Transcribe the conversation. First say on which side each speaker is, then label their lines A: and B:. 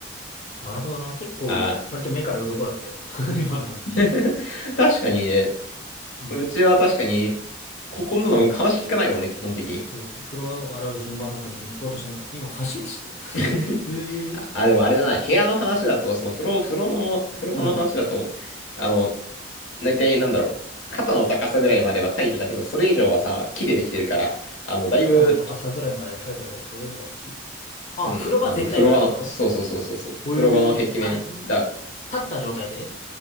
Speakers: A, on the left (about 35°); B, on the left (about 80°).
A: なるほどな。結構、
B: あ
A: 割と目から鱗だったよ。<laughs> 今の話。
B: あ。<laughs> 確かにね、
A: うん。
B: うちは確かに、こ、こんなの話聞かないもんね、基本的に。
A: そう、風呂洗う順番なんて別に聞こうとしないから、今初めて知った。
B: <laughs>
A: ええ
B: あ、あ <laughs> でもあれだな、部屋の話だと、その風呂、風呂の、風呂場の話だと、
A: うん。
B: あの、大体なんだろう、肩の高さぐらいまではタイルだけど、それ以上はさ、木でできてるから、あの、だいぶ、
A: 肩の高さぐらいまでは耐えたけど、それ以上はき。あ、
B: うん、
A: 風呂場全体がってこと
B: あの、風呂場の、そうそうそうそうそう、
A: おえーあ、
B: 風呂場の壁面だ、
A: ん立った状態で